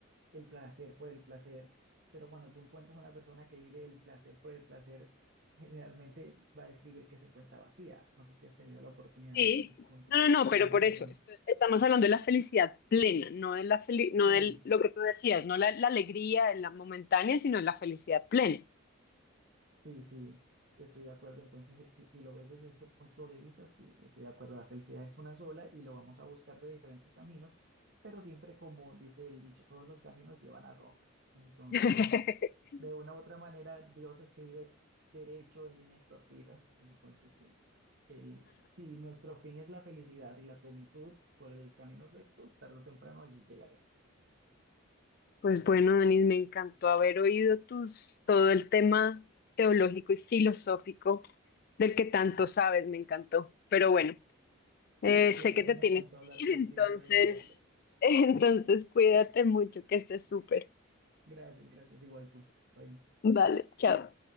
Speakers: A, on the right; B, on the left.
A: el placer por el placer, pero cuando tú encuentras a una persona que vive el placer por el placer, generalmente va a describir que se encuentra vacía. No sé si has tenido la oportunidad
B: Sí,
A: de encontrar.
B: no, no, no,
A: Bueno,
B: pero por
A: entonces,
B: eso esto- estamos hablando de la felicidad plena, no de la feli-
A: sí.
B: no de lo que tú decías, no la, la alegría, la momentánea, sino la felicidad plena.
A: Sí, sí, estoy de acuerdo. Entonces, eh, si, si lo ves desde ese punto de vista, sí, estoy de acuerdo. La felicidad es una sola y lo vamos a buscar de diferentes caminos, pero siempre como dice el dicho, todos los caminos llevan a Roma. Entonces,
B: <laughs>
A: de una u otra manera, Dios escribe derecho en líneas torcidas. Entonces, sí, el, si nuestro fin es la felicidad y la plenitud por el camino recto, tarde o temprano allí llegaremos.
B: Pues bueno, Denis, me encantó haber oído tus, todo el tema teológico y filosófico del que tanto sabes, me encantó. Pero bueno, eh,
A: Sí,
B: sé
A: a mí
B: que
A: también
B: te
A: me
B: tienes
A: encantó
B: que
A: hablar
B: ir,
A: contigo
B: entonces,
A: de eso, Ale.
B: <laughs> entonces cuídate mucho, que estés súper.
A: Gracias, gracias, igual tú. Bye.
B: Vale, chao.